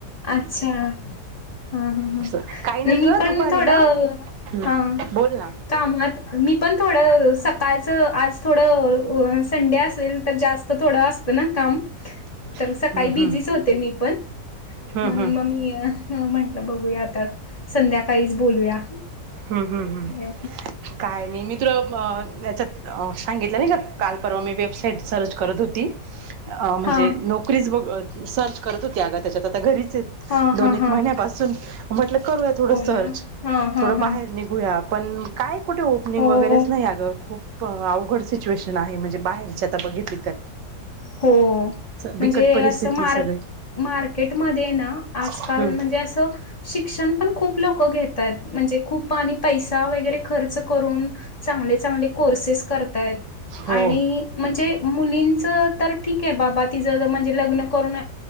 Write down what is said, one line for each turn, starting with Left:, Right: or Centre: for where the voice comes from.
Left: अच्छा हा ह
Right: असं
Left: ह
Right: काही नाही
Left: मी
Right: ग
Left: पण
Right: दुपारी
Left: थोडं
Right: ना हम्म
Left: हा!
Right: बोल ना
Left: कामात मी पण थोडं अ सकाळचं आज थोडं अ संडे असेल तर जास त थोड असत ना काम?
Right: <inaudible>
Left: तर सकाळी
Right: हम्म
Left: बिझीच
Right: हम्म
Left: होते मी पण.
Right: हम्म
Left: म्हणून
Right: हम्म हम्म
Left: म मी अ म्हंटलं बघूया आता संध्याकाळीच बोलूया.
Right: हूं हूं हूं!
Left: हा
Right: काय नही मी तुंला मं अ याच्यात अ सांगितलं नाही का काल परवा मी वेबसाईट सर्च करत होती. अ म्हणजे
Left: हा
Right: नोकरीचं बं सर्च करत होती आगं त्याच्यात आता घरीच हेत.
Left: हा
Right: दोन
Left: हा
Right: एक
Left: हा
Right: महिन्यापासून म्हटलं करूया थोडं
Left: हो ना
Right: सर्च.
Left: हा हा
Right: थोडं
Left: हा
Right: बाहेर निघूया, पण काय कुठे ओपनिंग
Left: हो
Right: वगैरेच नाही अगं खूप प अवघड सिच्युएशन आहे, म्हणजे बाहेरची आता बघितली तर.
Left: हो!
Right: बिकट
Left: म्हणजे
Right: परिस्थिती
Left: असं मार
Right: सगळी
Left: मार्केटमध्येये ना आजकाल
Right: हम्म
Left: म्हणजे असं शिक्षण पण खूप लोकं घेतायेत, म्हणजे खूप आणि पैसा वगैरे खर्च करून. चांगले, चांगले कोर्सेस करताय
Right: हो
Left: आणि म्हणजे मुलींच तर ठीक हे बाबा तिचं म्हणजे लग्न करून